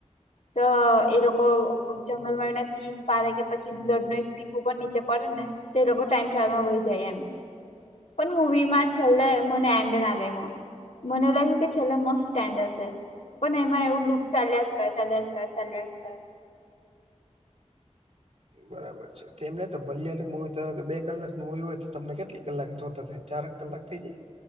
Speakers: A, on the left; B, on the right.
A: તો એ લોકો જંગલમાં એના ચીઝ પારે કે પછી બ્લડ નું એક ટીપુ પર નીચે પડે ને તો એ લોકો ટાઈમ ટલમાં વય જાય એમ પણ મુવીમાં છેલ્લે મને એન્ડ ના ગમ્યો એમા મને લાગ્યું કે છેલ્લા મસ્ત સ્ડેન્ડ હશે. પણ એમાં એવું લુક ચાલ્યા જ કરે ચાલ્યા જ કરે ચાલ્યા જ કરે.
B: બરાબર છે તેમને એમને તો મલિયાળ મુવી તો કે બે કલાકની મુવી હોય તો તમને કેટલી કલાક જોતા થાય. ચાર કલાક થઈ જાય.